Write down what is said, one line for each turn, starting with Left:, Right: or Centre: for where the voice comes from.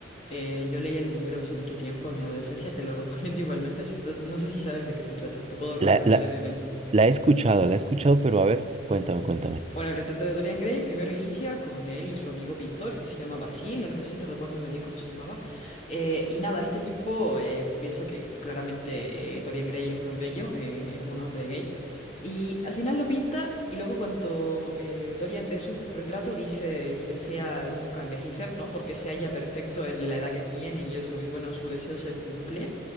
Left: Eh, yo leí el libro hace mucho tiempo, en mi adolescencia, te lo <laughs> recomiendo igualmente. Se está- No sé si sabes de qué se trata, te puedo contar
Right: La, la,
Left: brevemente.
Right: la he escuchado, la he escuchado, pero a ver, cuéntame, cuéntame.
Left: Bueno, el retrato de Dorian Gray primero inicia con él y su amigo pintor que se llama Basil, algo así, no recuerdo muy bien cómo se llamaba. Eh, y nada, este tipo eh, piensa que claramente eh, Dorian Gray es muy bello, eh, es un hombre gay. Y al final lo pinta y luego cuando eh, Dorian ve su retrato dice y desea nunca envejecer, ¿no? Porque se halla perfecto en la edad que tiene y eso, y bueno, su deseo se cumple.